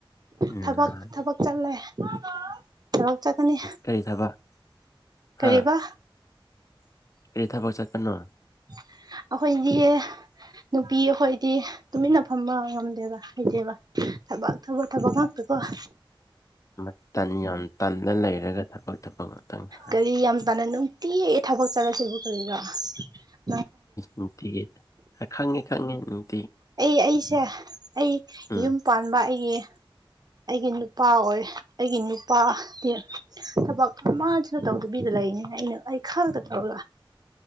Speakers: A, on the left; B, on the right.
A: ꯎꯝ
B: ꯊꯕꯛ
A: ꯅꯍꯥꯟ
B: ꯊꯕꯛ ꯆꯠꯂꯦ <unintelligible> ꯊꯕꯛ ꯆꯠꯀꯅꯤ
A: ꯀꯔꯤ ꯊꯕꯛ
B: ꯀꯔꯤꯕꯥ꯫
A: ꯍꯥ ꯀꯔꯤ ꯊꯕꯛ ꯆꯠꯄꯅꯣ꯫
B: <unintelligible> ꯑꯈꯣꯏꯗꯤ <unintelligible> ꯅꯨꯄꯤ ꯑꯈꯣꯏꯗꯤ ꯇꯨꯃꯤꯟꯅ ꯐꯝꯕ ꯉꯝꯗꯦꯕ ꯍꯩꯇꯦꯕ꯫ ꯊꯕꯛ ꯊꯕꯛ ꯊꯥꯕꯛ ꯉꯛꯇꯀꫭ꯫
A: ꯃꯇꯟ ꯌꯥꯝ ꯇꯟꯅ ꯂꯩꯔꯒ ꯊꯕꯛ ꯊꯕꯛ ꯍꯥꯏ
B: ꯀꯔꯤ ꯌꯥꯝ ꯇꯟꯅ ꯅꯨꯡꯇꯤ ꯊꯕꯛ ꯆꯠꯂꯁꯤꯕꯨ ꯀꯔꯤꯔꫭ <unintelligible>
A: ꯅꯨꯡꯇꯤꯒꯤ ꯑꯥ ꯈꯪꯉꯦ-ꯈꯪꯉꯦ ꯎꯪ꯫
B: ꯑꯩ ꯑꯩꯁꯦ ꯑꯩ
A: ꯎꯝ
B: ꯌꯨꯝ ꯄꯥꯟꯕ ꯑꯩꯒꯤ ꯑꯩꯒꯤ ꯅꯨꯄꯥ ꯑꯣꯏ ꯑꯩꯒꯤ ꯅꯨꯄꯥꯗꯤ ꯊꯕꯛ ꯑꯃꯁꯨ ꯇꯧꯗꯕꯤꯗ ꯂꯩꯅꯤ ꯑꯩꯅ ꯑꯩ ꯈꯛꯇ ꯇꯧꯔꯒ꯫